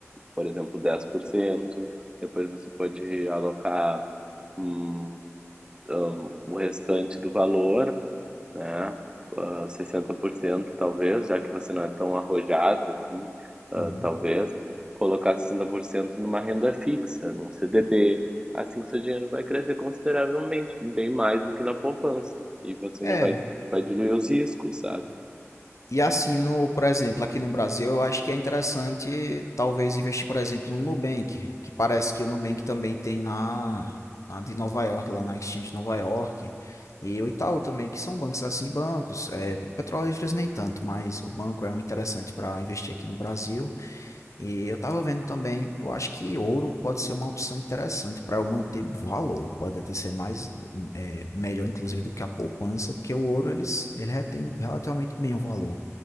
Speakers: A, on the right (about 15°); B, on the left (about 85°).
A: por exemplo, dez por cento Depois você pode alocar hum, hum, o restante do valor né? Ah, 60% talvez, já que você não é tão arrojado assim, ah,
B: Uhum.
A: talvez, colocar 60% numa renda fixa, num CDB. Assim seu dinheiro vai crescer consideravelmente, bem mais do que na poupança. E você
B: É,
A: não vai, vai diluir os riscos, sabe?
B: E assim, no, por exemplo, aqui no Brasil, eu acho que é interessante talvez investir, por exemplo, no Nubank, que parece que o Nubank também tem na, na de Nova York, lá na Exchange de Nova York, e o Itaú também, que são bancos assim, bancos, é, Petrolíferos nem tanto, mas o banco é um interessante para investir aqui no Brasil. E eu estava vendo também, eu acho que ouro pode ser uma opção interessante para eu manter valor, pode até ser mais é, melhor, inclusive, do que a poupança, porque o ouro eles, ele retém relativamente bem o valor